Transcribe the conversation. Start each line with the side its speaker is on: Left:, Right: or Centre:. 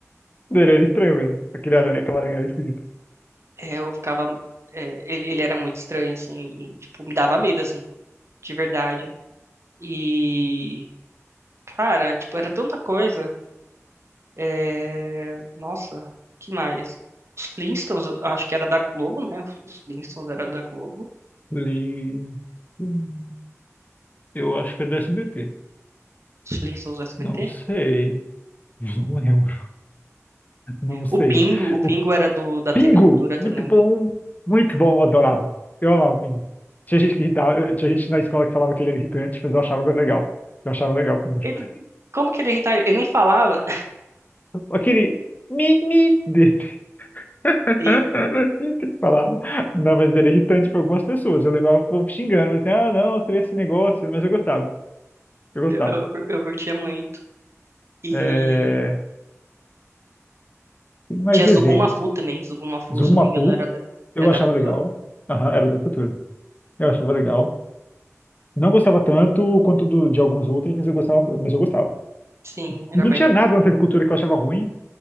Left: Ele era estranho mesmo. Aquele aranha, aquela aranha era esquisita.
Right: é, eu ficava. é, ele, ele era muito estranho, assim. E, tipo, me dava medo, assim, de verdade. E. Cara, tipo, era tanta coisa. É, nossa, que mais? Os Flintstones, eu acho que era da Globo, né? Os Flintstones era da Globo.
Left: Li... Hum, Eu acho que é do SBT.
Right: Os Flintstones do SBT.
Left: Não sei. <laughs> Não lembro. Não sei.
Right: O Pingo, o
Left: O
Right: Pingo era do da TV
Left: Pingo,
Right: Cultura também.
Left: muito bom, muito bom, eu adorava. Eu amava o Pingo. Tinha gente que irritava, eu- tinha gente na escola que falava que ele era irritante, mas eu achava legal. Eu achava legal o Pingo. <laughs>
Right: Ele, como que ele irritava? Ele nem falava <laughs>
Left: Aquele mi-mi dele. <laughs>
Right: e
Left: Era assim que ele falava. Não, mas era irritante para algumas pessoas. Eu lembrava o povo xingando, mas assim, ah, não, você vê esse negócio, mas eu gostava. Eu gostava.
Right: eu, eu, cur- eu curtia muito. E
Left: É... Tem mais
Right: tinha
Left: desenho.
Right: Zubum Mafu também, Zubum Mafu,
Left: Zumafu,
Right: se eu não me engano, era da,
Left: eu
Right: era da
Left: achava
Right: Cultura.
Left: legal. Aham, era da cultura. Eu achava legal. Não gostava tanto quanto do- de alguns outros, mas eu gostava, mas eu gostava.
Right: Sim, era
Left: Não
Right: bem
Left: tinha
Right: legal.
Left: nada na TV Cultura que eu achava ruim,